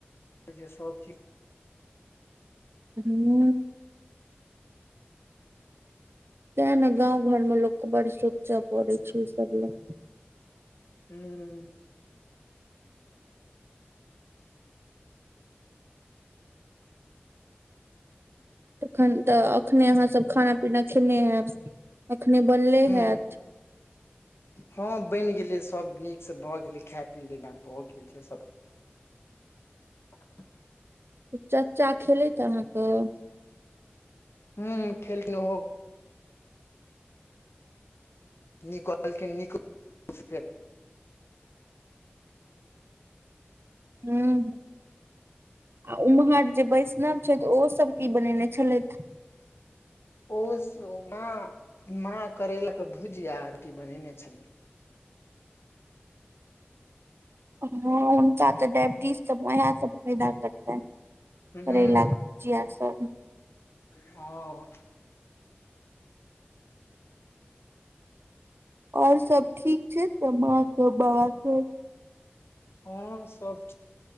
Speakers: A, on the left; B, on the right.
A: चीज
B: हूँ तैं ने गाँंव घर मे लोकके बड़ सोचय पड़ै छै ई सब लए
A: हूँ
B: तखन तऽ अखने अहाँ सब खाना पीना खेने हयब अखने बनले
A: हूँ
B: हैत
A: हँ बनि गेलै सब नीकसँ भऽ गेलै खाय पी लै ल आ भऽ गेल छै सब हं
B: चाचा खेलैत अहाँके
A: हूँ खेलिन ह नीक कहलखिन नीक फेर
B: हूँ आ उम्हर जे वैष्णव छथि ओहो सब की बनेने छलथि
A: ओ माँ माँ करेल के भुजिया री बनेने छल
B: हँ हुनका तऽ डायबिटीजसब उएह सब फायदा करतनि
A: हूं
B: रैला कऽ जआ सब
A: हँ
B: और सब ठीक छै तऽ माँ सब बाबा सब
A: हँ सब